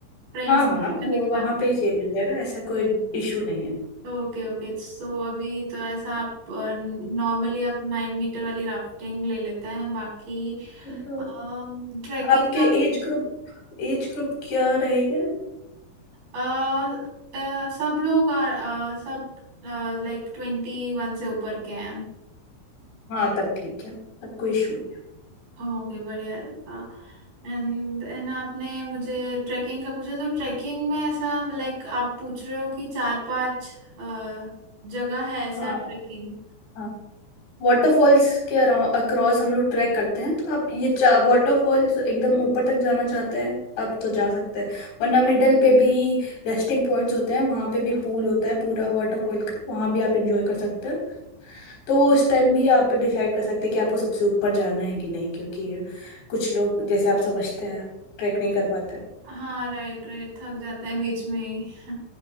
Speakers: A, on the right; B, on the left.
A: फ्रेंड्स
B: हाँ
A: करने
B: हाँ वो
A: के बाद
B: वहाँ पे ही चेंज हो जाएगा ऐसा कोई इशू नहीं है
A: Okay okay सो अभी तो ऐसा आप नॉर्मली आप नाइन मीटर वाली राफ्टिंग ले लेते हैं बाकी
B: तो
A: ट्रैकिंग
B: आपके
A: का
B: एज ग्रुप एज ग्रुप क्या रहेगा
A: अ, अ, सब लोग आ, अ, सब लाइक ट्वेंटी वन से ऊपर के हैं
B: हाँ तब ठीक है तब कोई इशू नहीं है
A: ओके बढ़िया रहेगा। एंड एंड आपने मुझे ट्रैकिंग का पूछा तो ट्रैकिंग में ऐसा लाइक आप पूछ रहे हो कि चार पांच अ, जगह है ऐसा
B: हाँ
A: ट्रैकिंग
B: हाँ वाटरफॉल्स के अराउंड अक्रॉस हम लोग ट्रैक करते हैं तो आप ये चा वाटरफॉल्स एकदम ऊपर तक जाना चाहते हैं आप तो जा सकते हैं वरना मिडल पे भी रेस्टिंग पॉइंट्स होते हैं वहाँ पे भी पूल होता है पूरा वाटरफॉल का वहाँ भी आप इंजॉय कर सकते हैं तो वो उस टाइम भी आप डिसाइड कर सकते हैं कि आपको सबसे ऊपर जाना है कि नहीं क्योंकि कुछ लोग जैसे आप समझते हैं ट्रैक नहीं कर पाते
A: हाँ राइट राइट थक जाता है बीच में ही